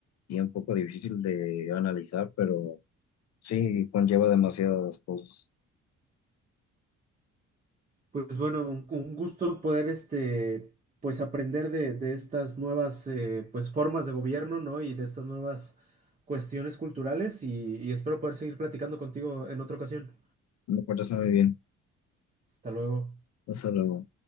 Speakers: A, on the left; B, on the right.
A: y un poco difícil de analizar, pero sí conlleva demasiadas cosas.
B: Pues bueno, un, un gusto poder este, pues aprender de, de estas nuevas eh, pues formas de gobierno, ¿no? Y de estas nuevas cuestiones culturales y, y espero poder seguir platicando contigo en otra ocasión.
A: Me parece muy bien.
B: Hasta luego.
A: Hasta luego.